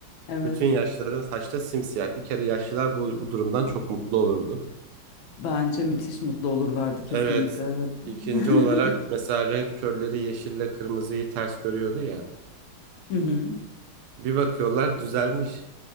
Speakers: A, on the left; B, on the right.
A: Evet.
B: Bütün yaşlıların saçta simsiyah. Bir kere yaşlılar bu, bu durumdan çok mutlu olurdu.
A: Bence müthiş mutlu olurlardı kesinlikle
B: Evet.
A: evet. <laughs>
B: İkinci olarak mesela renk körleri yeşille kırmızıyı ters görüyordu ya.
A: Hı hı.
B: Bir bakıyorlar düzelmiş.